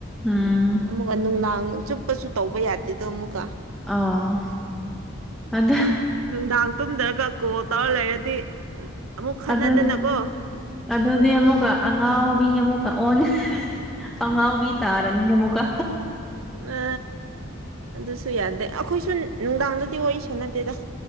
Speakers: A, in the centre; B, on the right (about 85°).
A: ꯎꯝ
B: ꯑꯃꯨꯛ ꯅꯨꯡꯗꯥꯡ ꯆꯨꯞꯄꯁꯨ ꯇꯧꯕ ꯌꯥꯗꯦꯗꯣ ꯑꯃꯨꯛ
A: ꯑꯥ ꯑꯗꯨ
B: ꯅꯨꯡꯗꯥꯡ ꯇꯨꯝꯗ꯭ꯔꯒ ꯀꯣ ꯇꯧꯔ ꯂꯩꯔꯗꯤ ꯑꯃꯨꯛ ꯈꯟꯅꯗꯅꯀꯣ
A: ꯑꯗ ꯑꯗꯗꯤ ꯃꯨꯒ ꯑꯉꯥꯎꯕꯤ ꯑꯃꯨꯛ ꯑꯣꯟ ꯑꯉꯥꯎꯕꯤ ꯇꯥꯔ ꯔꯅꯤ ꯑꯃꯨꯀꯥ
B: ꯑ ꯑꯗꯨꯁꯨ ꯌꯥꯗꯦ ꯑꯩꯈꯣꯏꯁꯨ ꯅꯨꯡꯗꯥꯡꯗꯗꯤ ꯋꯥꯔꯤ ꯁꯥꯟꯅꯗꯦꯗ